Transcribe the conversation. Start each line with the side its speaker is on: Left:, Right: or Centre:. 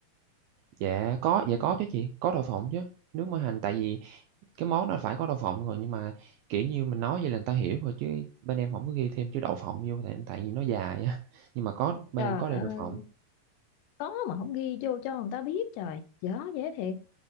Right: Dạ có, dạ có chứ chị, có đậu phộng chứ, nước mỡ hành tại vì Cái món nó phải có đậu phộng rồi, nhưng mà, kiểu như, mình nói vậy là người ta hiểu rồi chứ bên em hổng có ghi thêm chữ đậu phộng vô tại tại vì nó dài á, <laughs> nhưng mà có bên
Left: trời
Right: em có đầy đậu
Left: ơi
Right: phộng.
Left: có mà không ghi vô cho người ta biết trời dở dễ thiệt